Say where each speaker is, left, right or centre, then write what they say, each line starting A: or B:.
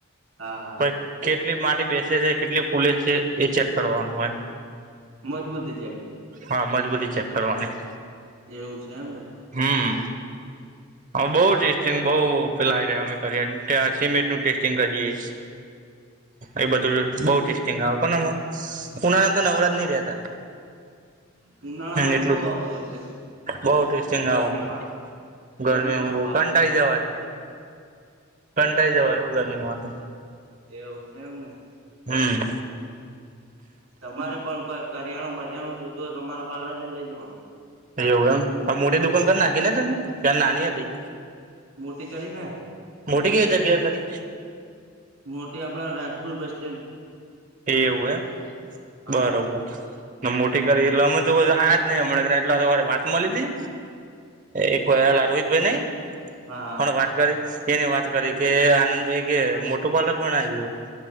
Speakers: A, on the right (about 75°); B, on the right (about 40°).
A: હા હા
B: કોઈ- કેટલી માટી બેસે છે કેટલી પુલે છે એ ચેક કરવાનું હોય.
A: મજબૂત છે.
B: હા મજબૂતી ચેક કરવાની-
A: એવું છે એમને-
B: હમ હ બહ ટેસ્ટિંગ બઉ- અમે મિનટ ટેસ્ટિંગ કરીએ- એ બધું બઉ ટેસ્ટિંગ કો ના ઉના નામ તો નવરાત ન રતા
A: ઉનાળામાં
B: હ એટલું
A: તો બહુ આવતું હશે
B: બહ ટેસ્ટિંગ
A: ગરમીમાં
B: આવે -
A: ગરમીમાં
B: ગરમી હો
A: પાછું
B: કાંટાળી જવાય કાંટાળી જવાય ગરમીમાંંધ-
A: એવું છે. એમ ને-
B: હમ્મ.
A: તમારે પણ કોઈ કરિયાણું, બરિયાણું જોતું હોય તમારા પાર્લર લઈ જવાનું.
B: એવું એમ, મોટે દુકાન નાખી ને તમે તાર નાની હતી
A: મોટી કરીને
B: મોટી કઈ જગ્યા કરી
A: મોટી આપણા રાજપુર બસ સ્ટેન્ડ
B: એ એવું હા,
A: હા
B: બરોબર. મોટી કરી એટલે અમે તો <unintelligible> જ નહી હમણાં એટલા તો વાત મળી હતી. એક મિનિટ અરહિતભાઈ નઈ
A: હા
B: પણ વાત કરી? એને વાત કરી કે આનંદભાઈ કે મોટું પાર્લર બનાવ્યું